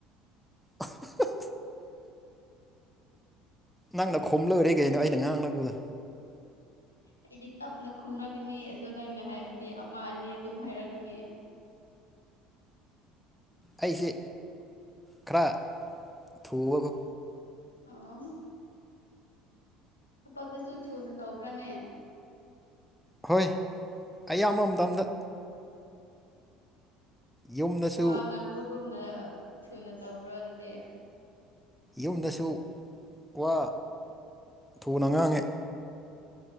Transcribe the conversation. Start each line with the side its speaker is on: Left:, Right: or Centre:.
Centre: ꯎꯍꯨ ꯎꯍꯨ ꯅꯪꯅ ꯈꯣꯝꯂꯣꯏꯔꯦ ꯀꯩꯅꯣ ꯑꯩꯅ ꯉꯥꯡꯂꯛꯄꯗꯣ
Left: ꯑꯩꯗꯤ ꯇꯞꯅ ꯈꯨꯝꯂꯛꯀꯅꯤ ꯑꯗꯣ ꯅꯪꯅ ꯍꯥꯏꯕꯗꯤ ꯑꯃ ꯑꯅꯤ ꯑꯗꯨꯝ ꯍꯥꯏꯔꯛꯀꯅꯤ
Centre: ꯑꯩꯁꯦ ꯈꯔ ꯊꯨꯕꯕꯨ
Left: ꯑꯣ ꯊꯕꯛꯇꯁꯨ ꯊꯨꯅ ꯇꯧꯕ꯭ꯔꯅꯦ
Centre: ꯍꯣꯏ ꯑꯌꯥꯝꯕ ꯃꯇꯝꯝꯗ ꯌꯨꯝꯗꯁꯨ
Left: ꯋꯥ ꯉꯥꯡꯕꯒꯨꯝꯅ ꯊꯨꯅ ꯇꯧꯔꯣ ꯑꯗꯨꯗꯤ
Centre: ꯌꯨꯝꯗꯁꯨ ꯋꯥ ꯊꯨꯅ ꯉꯥꯡꯉꯦ